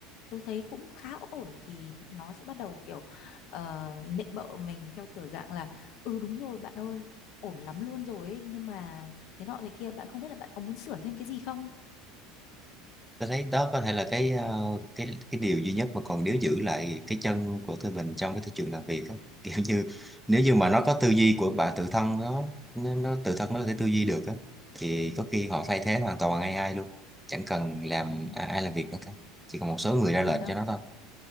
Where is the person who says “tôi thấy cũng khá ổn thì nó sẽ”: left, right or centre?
Left